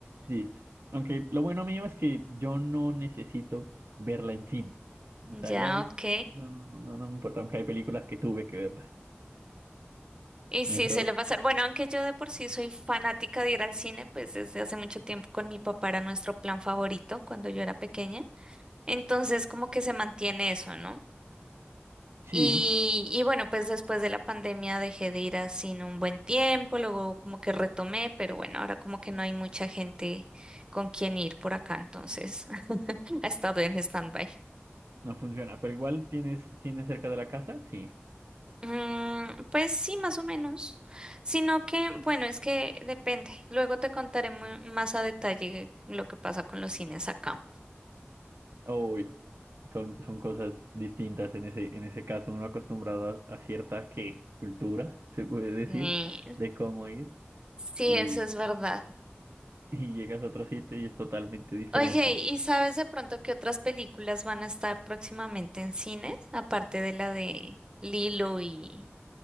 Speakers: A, on the right (about 70°); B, on the right (about 20°).
A: Sí, aunque lo bueno mío es que yo no necesito verla en cine. O sea,
B: Ya,
A: ya des-
B: ok.
A: no, no, no no me importa, aunque hay películas que tuve que verlas.
B: Y sí,
A: Eso
B: se le pasar. Bueno, aunque yo de por sí soy fanática de ir al cine, pues desde hace mucho tiempo con mi papá era nuestro plan favorito cuando yo era pequeña. Entonces, como que se mantiene eso, ¿no?
A: sí,
B: Y, y bueno, pues después de la pandemia dejé de ir al cine un buen tiempo, luego como que retomé, pero bueno, ahora como que no hay mucha gente con quien ir por acá, entonces <laughs> ha estado en stand-by.
A: no funciona, pero igual tienes cine cerca de la casa, sí.
B: Mm, pues sí, más o menos. Sino que, bueno, es que depende. Luego te contaré mu- más a detalle lo que pasa con los cines acá.
A: Uy. Son, son cosas distintas en ese, en ese caso, uno acostumbrado a, a cierta que cultura, se puede decir,
B: Sí,
A: de cómo ir
B: sí,
A: y,
B: eso es verdad.
A: y llegas a otro sitio y es totalmente diferente.
B: Oye, ¿y sabes de pronto qué otras películas van a estar próximamente en cines? Aparte de la de Lilo y...